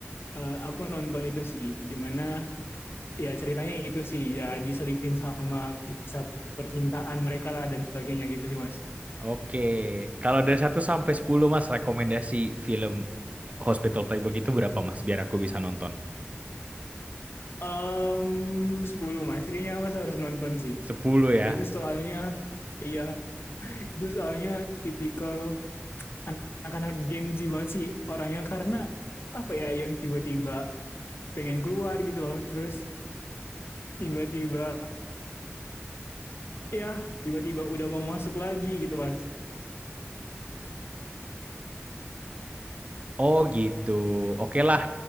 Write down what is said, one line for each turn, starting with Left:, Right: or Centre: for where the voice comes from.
Left: eh, aku nonton itu sih gimana ya ceritanya itu sih ya diselipin sama kisah percintaan mereka lah dan sebagainya gitu sih mas.
Right: Oke. Kalau dari satu sampai 10 Mas, rekomendasi film Hospital Playbook itu berapa, Mas? Biar aku bisa nonton.
Left: um sepuluh Mas, kayaknya Mas harus nonton sih.
Right: sepuluh ya.
Left: Itu soalnya, iya, itu soalnya tipikal anak-anak Gen Z banget sih orangnya karena apa ya yang tiba-tiba pengen keluar gitu loh, terus tiba-tiba ya tiba-tiba udah mau masuk lagi gitu Mas.
Right: Oh gitu. Oke lah.